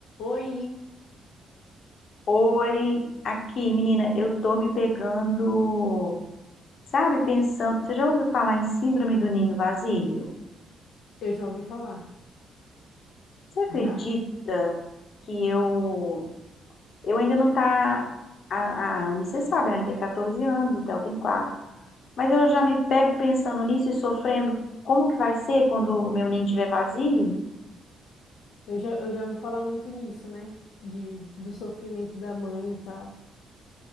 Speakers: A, on the left (about 80°); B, on the left (about 60°).
A: Oi,
B: Oi, aqui, menina, eu tô me pegando, sabe, pensando. Você já ouviu falar em síndrome do ninho vazio?
A: eu já ouvi falar,
B: Você acredita
A: já.
B: que eu eu ainda não tá a, a Anne, você sabe, a Anne tem 14 anos, o Theo tem 4. Mas eu já me pego pensando nisso e sofrendo como que vai ser quando o meu ninho estiver vazio?
A: Eu já, eu já ouvi falar muito nisso, né? De, do sofrimento da mãe e tal.